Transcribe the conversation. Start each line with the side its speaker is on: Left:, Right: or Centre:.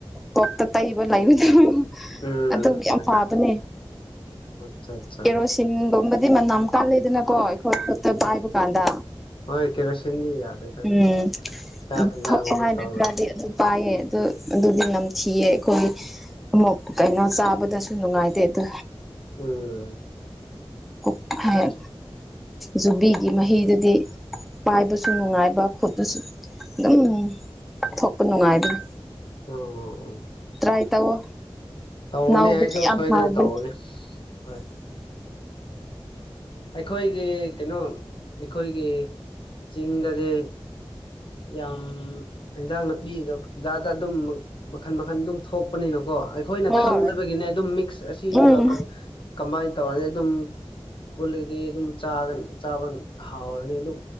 Centre: ꯀꯣꯛꯇ ꯇꯩꯕ ꯂꯩꯥꯕꯗꯣ
Left: ꯎꯝ
Centre: ꯑꯗꯨ ꯌꯥꯝ
Left: ꯈꯪꯉꯦ
Centre: ꯐꯕꯅꯦ
Left: ꯈꯪꯉꯦ ꯑꯠꯆꯥ ꯑꯠꯆꯥ
Centre: ꯀꯦꯔꯣꯁꯤ ꯁꯤꯟꯒꯨꯝꯕꯗꯤ ꯃꯅꯝ ꯀꯥꯂꯦꯗꯅꯀꯣ ꯑꯩꯈꯣꯏ ꯈꯨꯠꯇ ꯄꯥꯏꯕꯀꯥꯟꯗ
Left: ꯎꯝ ꯍꯣꯏ ꯀꯦꯔꯣꯁꯤꯟꯗꯤ ꯌꯥꯗꯦꯗ ꯑꯗꯨꯝ
Centre: ꯎꯝ
Left: ꯆꯥꯛ ꯍꯦꯟꯖꯥꯡ
Centre: ꯊꯣꯛꯑꯦ
Left: ꯑꯃ
Centre: ꯍꯥꯏꯅ
Left: ꯇꯧꯔ
Centre: ꯈꯔ ꯑꯗꯨ ꯄꯥꯏꯌꯦ ꯑꯗꯨ ꯑꯗꯨꯗꯤ ꯅꯝꯊꯤꯌꯦ ꯑꯩꯈꯣꯏ ꯑꯃꯨꯛ ꯀꯩꯅꯣ ꯆꯥꯕꯗꯁꯨ ꯅꯨꯡꯉꯥꯏꯇꯦ ꯑꯗꯨ
Left: ꯎꯝ
Centre: ꯀꯣꯛꯐꯩ
Left: ꯑꯠꯆꯥ
Centre: ꯌꯨꯕꯤꯒꯤ ꯃꯍꯤꯗꯨꯗꯤ ꯄꯥꯏꯕꯁꯨ ꯅꯨꯡꯉꯥꯏꯕ ꯈꯨꯠꯇꯁꯨ <unintelligible> ꯊꯣꯛꯄ ꯅꯨꯉꯥꯏꯕꯅꯤ
Left: ꯑꯣ ꯑꯣ ꯑꯣ
Centre: ꯇꯔꯥꯏ ꯇꯧꯋꫭ
Left: ꯇꯧꯕꯅꯦ
Centre: ꯅꯧꯕꯗꫭ
Left: ꯑꯩꯁꯨ
Centre: ꯌꯥꯝ
Left: ꯁꯣꯏꯗꯅ
Centre: ꯍꯥꯎꯕꯅꯤ
Left: ꯇꯧꯕꯅꯦ ꯍꯣꯏ ꯑꯩꯈꯣꯏꯒꯤ ꯀꯩꯅꯣ ꯑꯩꯈꯣꯏꯒꯤ ꯆꯤꯡꯗꯗꯤ ꯌꯥꯝ ꯍꯦꯟꯖꯥꯡ ꯅꯨꯄꯤꯗꯣ ꯖꯥꯠ ꯖꯥꯠ ꯑꯗꯨꯝ ꯃꯈꯟ ꯃꯈꯟ ꯑꯗꯨꯝ ꯊꯣꯛꯄꯅꯤꯅꯀꯣ ꯑꯩ ꯑꯩꯈꯣꯏꯅ
Centre: ꯍꯣꯏ
Left: ꯈꯪꯗꯕꯒꯤꯅꯦ ꯑꯗꯨꯝ ꯃꯤꯛꯁ ꯑꯁꯤꯕꯒ
Centre: ꯎꯝ
Left: ꯀꯝ ꯀꯝꯕꯥꯏꯟ ꯇꯧꯔꯗꯤ ꯑꯗꯨꯝ ꯄꯨꯜꯂꯒꯗꯤ ꯑꯗꯨꯝ ꯆꯥꯒ ꯆꯥꯕ ꯍꯥꯎꯔꯅꯤ ꯑꯗꯨꯝ